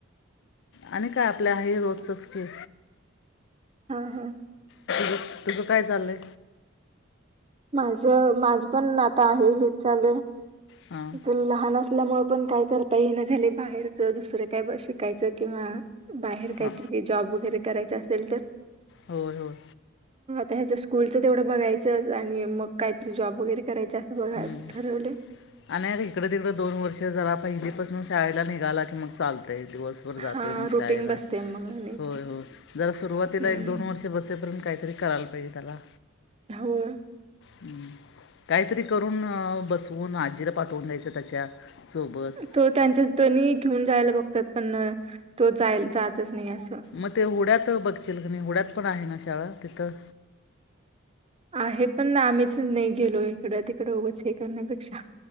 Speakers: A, on the left; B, on the right.
A: आणि काय आपल्या हे रोजचच की
B: हा हा
A: तस तुझं काय झाले
B: माझ माझ पण आता आहे हे चालूय लहान
A: हां
B: असताना असल्यामुळे पण काय करता ये न झाले बाहेरच दुसरे काय शिकायचं किंवा बाहेर काहीतरी
A: हां
B: काही जॉब वगैरे करायच असेल तर
A: हो हो
B: तर ह्याचं स्कूलचं तेवढं बघायचं आणि मग काहीतरी जॉब वगैरे करायचे असं बघाय
A: हम्म.
B: ठरवले
A: आणि इकडं तिकडं दोन वर्ष जरा पहिलीपासून शाळेला निघाला की मग चालतं दिवसभर जातोय
B: हां,
A: मग
B: रुटीन
A: शाळेला
B: बसते मग नीट.
A: होय होय जरा सुरुवातीला
B: हं.
A: एक दोन वर्ष बसेपर्यंत काहीतरी करायला पाहिजे त्याला
B: ह
A: हम् काहीतरी करून अ बसवून आजी पाठवून द्यायचं त्याच्या सोबत
B: तो त्यांच्या त्यांनी घेऊन जायला बघतात पण तो जायला जातच नाही असं.
A: मग ते उड्यात बघशील क नाही हुड्यात पण आहे ना शाळा तिथं
B: आहे पण आम्हीच नाही गेलो इकडं तिकडं उगच हे करण्यापेक्षा.